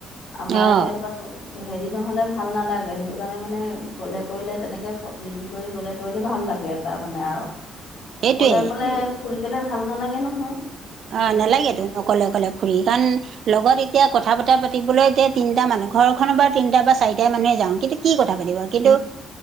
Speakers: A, on the left; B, on the right.
A: আমাৰ
B: অঁ
A: এতিয়া ধৰ, হেৰি নহ'লে ভাল নালাগে সেইটো কাৰণে মানে গ'লে কৰিলে তেনেকৈ চব মিলি কৰি গ'লে। কৰিলে ভাল লাগে এটা মানে আৰু
B: সেইটোৱে
A: অকলে অকলে ফুৰি পেলাই ভাল নালাগে নহয়।
B: অ
A: তেনেকুৱা
B: নালাগে
A: হয়।
B: তুমি অকলে কলে ফুৰি কাৰণ, লগত এতিয়া কথা বতা পাতিবলৈ এতিয়া তিনিটা মানুহ ঘৰখনৰ পৰা তিনটা বা চাৰিটা মানুহে যাওঁ কিন্তু, কি কথা পাতিব কিন্তু